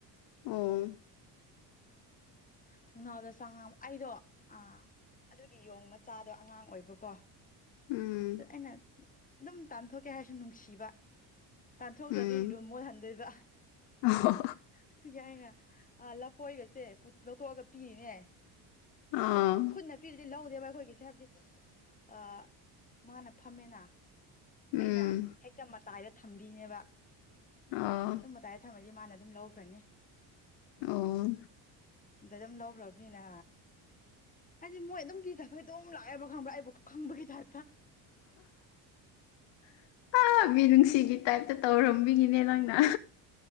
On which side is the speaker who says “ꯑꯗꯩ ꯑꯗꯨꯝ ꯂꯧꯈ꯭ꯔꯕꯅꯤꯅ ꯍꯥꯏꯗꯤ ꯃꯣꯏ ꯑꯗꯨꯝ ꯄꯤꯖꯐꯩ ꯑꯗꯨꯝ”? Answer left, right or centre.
Left